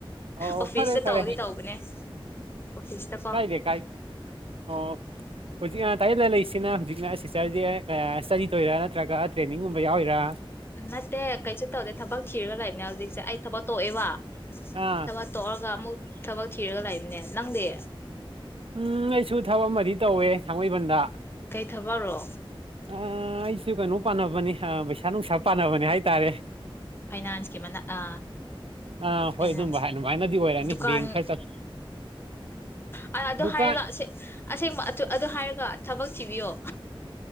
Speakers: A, on the right (about 75°); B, on the left (about 25°).
A: ꯑꯣ
B: ꯑꯣꯐꯤꯁꯇ
A: ꯐꯔꯦ ꯐꯔꯦ
B: ꯇꯧꯗꯤ ꯇꯧꯕꯅꯦ ꯑꯣꯐꯤꯁꯇ ꯀꯣ
A: ꯀꯥꯏꯗꯦ ꯀꯥꯏꯗꯦ ꯑꯣ ꯍꯧꯖꯤꯛ ꯑ ꯇꯥꯛꯌꯦꯜꯗ ꯂꯩꯁꯤ ꯁꯤꯅ ꯍꯧꯖꯤꯛꯅ ꯁꯤꯁꯇꯔꯁꯦ ꯁ꯭ꯇꯗꯤ ꯇꯧꯔꯤꯔꯥ ꯅꯠꯇ꯭ꯔꯒ ꯇ꯭ꯔꯦꯅꯤꯡꯒꯨꯝꯕ ꯌꯥꯎꯔꯤꯔꯥ
B: ꯅꯠꯇꯦ ꯀꯩꯁꯨ ꯇꯧꯗꯦ ꯊꯕꯛ ꯊꯤꯔꯒ ꯂꯩꯕꯅꯦ ꯍꯧꯖꯤꯛꯁꯦ ꯑꯩ ꯊꯕꯛ ꯇꯣꯛꯑꯦꯕ
A: ꯑꯥ
B: ꯊꯕꯛ ꯇꯣꯛꯒ ꯑꯃꯨꯛ ꯊꯕꯛ ꯊꯤꯔꯒ ꯂꯩꯥꯕꯅꯦ ꯅꯪꯗꯦ
A: ꯎꯝ ꯑꯩꯁꯨ ꯊꯕꯛ ꯑꯃꯗꯤ ꯇꯧꯋꯦ ꯊꯥꯡꯃꯩꯕꯟꯗ
B: ꯀꯩ ꯊꯕꯛꯔꯣ
A: ꯎꯝ ꯑꯩꯁ ꯁꯤ ꯀꯩꯅꯣ ꯄꯥꯟꯅꯕꯅꯤ ꯑ ꯄꯩꯁꯥ ꯅꯨꯡꯁꯥ ꯄꯥꯟꯅꯕꯅꯤ ꯍꯥꯏ ꯇꯥꯔꯦ
B: ꯐꯥꯏꯅꯥꯟꯁ ꯀ ꯃꯅ ꯑ
A: ꯑꯥ ꯍꯣꯏ
B: ꯐꯥꯏꯅꯥꯟꯁ
A: ꯑꯗꯨꯝꯕ ꯑꯗꯨꯃꯥꯏꯅꯗꯤ ꯑꯣꯏꯔꯅꯤ
B: ꯗꯨꯀꯥꯟ
A: ꯕꯦꯡ ꯈꯔ ꯆꯠ
B: ꯑꯣ ꯑ ꯑꯗꯨ
A: ꯗꯨꯀꯥꯟ
B: ꯍꯥꯏꯔꯒ ꯑꯁꯦ ꯑꯁꯦꯡꯕ ꯑꯊꯨ ꯑꯗꯨ ꯍꯥꯏꯔꯒ ꯊꯕꯛ ꯊꯤꯕꯤꯌꯣ